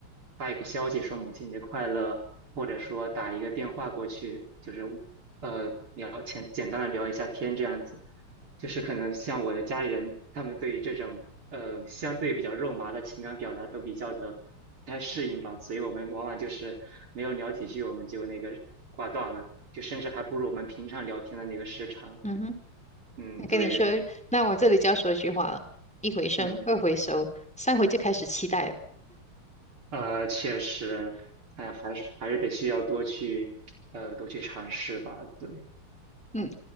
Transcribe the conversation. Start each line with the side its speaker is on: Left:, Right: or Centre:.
Right: 发一个消息说母亲节快乐，或者说打一个电话过去，就是呃聊简简单的聊一下天这样子。就是可能像我的家里人，他们对于这种呃相对比较肉麻的情感表达都比较的不太适应吧，所以我们往往就是没有聊几句，我们就那个挂断了，就甚至还不如我们平常聊天的那个时长。
Centre: 嗯哼。
Right: 嗯，对，
Centre: 跟你说，那我这里就要说一句话了：一回生，
Right: 嗯，
Centre: 二回熟，三回就开始期待了。
Right: 呃，确实，哎，还是还是得需要多去呃多去尝试吧，对。
Centre: 嗯。